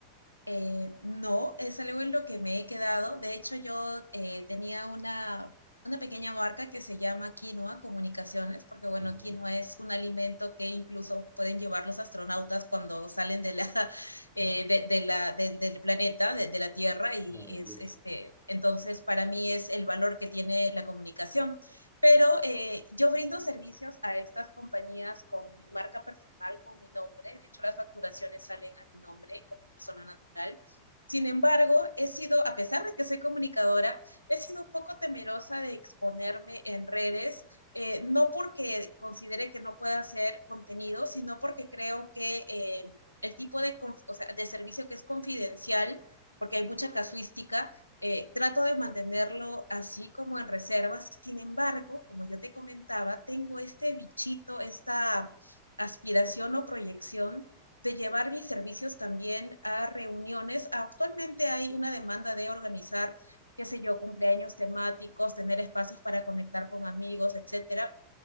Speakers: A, on the left; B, on the right.
A: Eh, no, es algo en lo que me he quedado. De hecho, yo eh, tenía una, una pequeña marca que se llama Quinoa Comunicaciones, porque bueno,
B: Ujú.
A: quinoa es un alimento que incluso pueden llevar los astronautas cuando salen de la, <laughs> eh,
B: Oh,
A: de, de la, de- del planeta, de, de la Tierra, y
B: Maravilloso.
A: es este, entonces para mí es el valor que tiene la comunicación. Pero eh, yo brindo servicios a estas compañías con mi marca personal, con mi nombre. De hecho, las facturaciones salen a mi nombre como persona natural. Sin embargo, he sido, a pesar de que soy comunicadora, he sido un poco temerosa de exponerme en redes, eh, no porque considere que no pueda hacer contenido, sino porque creo que eh, el tipo de, o sea, de servicio que es confidencial, porque hay mucha casuística, eh, trato de mantenerlo así como en reserva. Sin embargo, como yo te comentaba, tengo este bichito, esta aspiración o proyección de llevar mis servicios también a reuniones. Actualmente hay una demanda de organizar, qué sé yo, cumpleaños temáticos, tener espacios para conectar con amigos, etcétera.